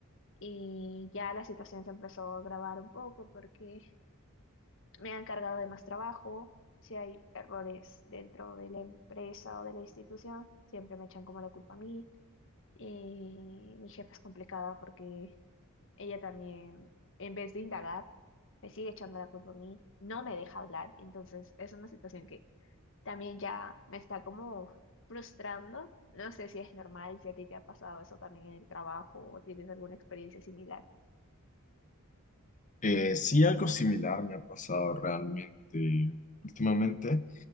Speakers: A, on the left; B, on the left.
A: Y ya la situación se empezó a agravar un poco porque me han cargado de más trabajo, si hay errores dentro de la empresa o de la institución, siempre me echan como la culpa a mí. Y mi jefa es complicada porque ella también, en vez de indagar, me sigue echando la culpa a mí, no me deja hablar, entonces es una situación que también ya me está como frustrando. No sé si es normal, si a ti te ha pasado eso también en el trabajo o tienes alguna experiencia similar.
B: Eh, sí, algo similar me ha pasado realmente últimamente,